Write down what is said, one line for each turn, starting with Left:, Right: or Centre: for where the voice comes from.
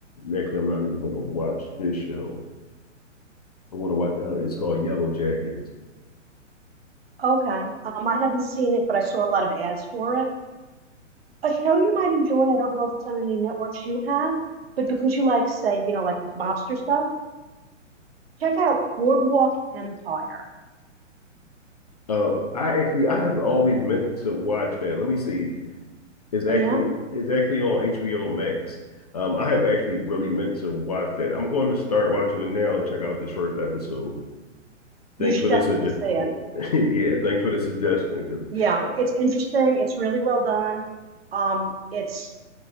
Left: actually, I'm not even going to watch this show. I'm going to watch. Uh, it's called Yellow Jackets.
Right: Okay. Um, I haven't seen it, but I saw a lot of ads for it. A show you might enjoy, I don't know if it's on any networks you have, but because you like, say, you know, like the mobster stuff, check out Boardwalk Empire.
Left: Uh, I actually I have always meant to watch that. Let me see. It's actually
Right: Oh, yeah?
Left: it's actually on HBO Max. Um, I have actually really meant to watch that. I'm going to start watching it now and check out this first episode. Thanks
Right: You should
Left: for
Right: definitely
Left: the suggestion.
Right: see it.
Left: <laughs> yeah,
Right: It's,
Left: thanks for the suggestion. Because
Right: yeah,
Left: uh,
Right: it's interesting. It's really well done. Um, it's